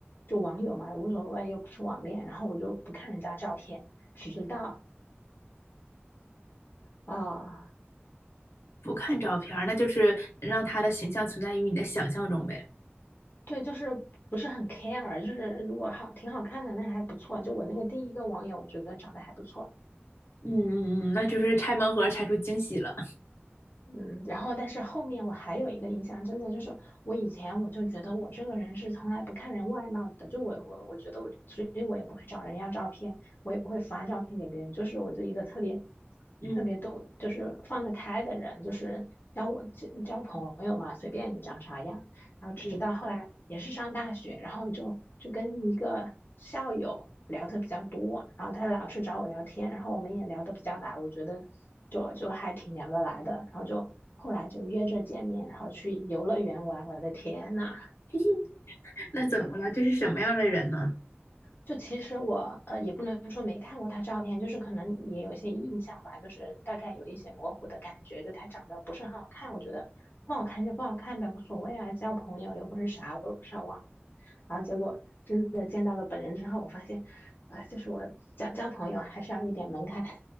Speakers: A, on the left; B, on the left.
A: 就网友嘛，无所谓，又不是网恋，然后我就不看人家照片，只知道啊，
B: 不看照片儿，那就是让他的形象存在于你的想象中呗。
A: 对，就是不是很 care，就是如果好挺好看的那还不错，就我那个第一个网友，我觉得长得还不错。
B: 嗯嗯嗯，那就是拆盲盒拆出惊喜了。
A: 嗯，然后但是后面我还有一个印象，真的就是我以前我就觉得我这个人是从来不看人外貌的，就我我我觉得我，所以我也不会找人要照片，我也不会发照片给别人，就是我就一个特别
B: 嗯
A: 特别都就是放得开的人，就是交我交交朋友嘛，随便你长啥样。然后直到后来也是上大学，
B: 嗯，
A: 然后就就跟一个校友聊的比较多，然后他老是找我聊天，然后我们也聊得比较来，我觉得就就还挺聊得来的，然后就后来就约着见面，然后去游乐园玩。我的天呐，
B: <laughs> 那怎么了？这是什么样的人呢？
A: 就其实我呃也不能说没看过他照片，就是可能也有些印象吧，就是大概有一些模糊的感觉，就他长得不是很好看，我觉得不好看就不好看呗，无所谓啊，交朋友又不是啥，我又不是要网恋。然后结果的见到了本人之后，我发现，啊、就是我交交朋友还是要一点门槛。